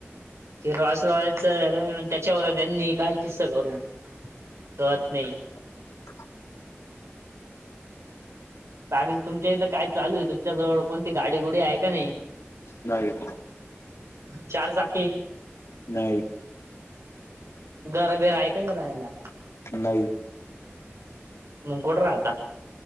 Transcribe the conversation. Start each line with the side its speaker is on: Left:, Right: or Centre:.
Right: ते रॉयस रॉयलच वेगळं न त्याच्यावरचं यांनी. किससा करू तरत नाही.
Left: <inaudible>
Right: तामिल तुमच्या इथं काय चालू आहे, तुमच्या जवळ कोणती गाडी गुडी आहे का नही.
Left: नाही.
Right: चार चाकी.
Left: नाही.
Right: घर बीर आहे का नाही राहायला.
Left: नाही.
Right: मंग कुठ राहता.